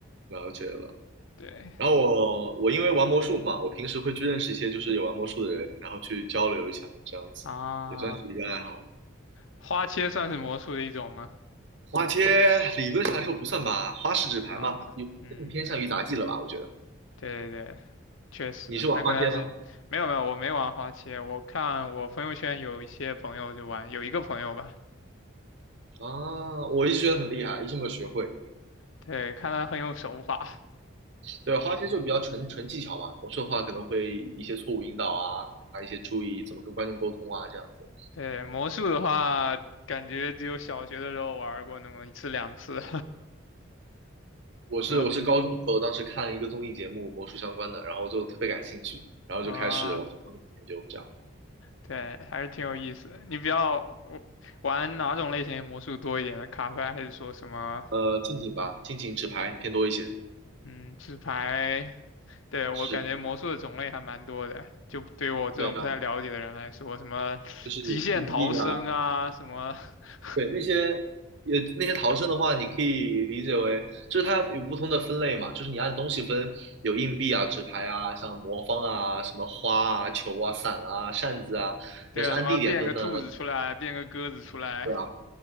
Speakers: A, on the right; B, on the left.
A: 了解了。
B: 对
A: 然后我我因为玩魔术嘛，我平时会去认识一些就是也玩魔术的人，然后去交流一下，这样子也算是一个爱好。
B: 啊，花切算是魔术的一种吗？
A: 花街理论上来说不算吧，花式纸牌嘛，
B: 啊，
A: 你更偏向于杂技了吧？
B: 嗯，
A: 我觉得
B: 对对确实，
A: 你是玩花街吗？
B: 那可能是没有没有，我没玩花切，我看我朋友圈有一些朋友就玩，有一个朋友吧，
A: 啊，我一直觉得很厉害，一直没有学会。
B: 对，看他很有手法，
A: 对，花街就比较纯纯技巧嘛，魔术的话可能会一些错误引导啊，啊一些注意怎么跟观众沟通啊这样子。
B: 对，魔术的话，感觉只有小学的时候玩过那么一次两次，
A: 我是我是高中的时候，
B: <laughs> 什么
A: 当时看了一个综艺节目，魔术相关的，然后就特别感兴趣，然后就开始往这方面研究这样。
B: 啊，对，还是挺有意思的。你比较我玩哪种类型的魔术多一点呢？卡牌还是说什么
A: 呃，近景吧，近景纸牌偏多一些。
B: 嗯纸牌对，我感觉魔术的种类还蛮多的，
A: 是，
B: 就对于我这种不太了解的人来说，
A: 对啊，
B: 什么极限逃生啊，
A: 就是硬币啊，
B: 什么，<laughs>
A: 对那些也那些逃生的话，你可以理解为就是它有不同的分类嘛，就是你按东西分，有硬币啊、纸牌啊、像魔方啊、什么花啊、球啊、伞啊、扇子啊，
B: 对啊，
A: 要是按地点分呢，
B: 什么变个兔子出来，
A: 那
B: 变个鸽子出来，
A: 对啊，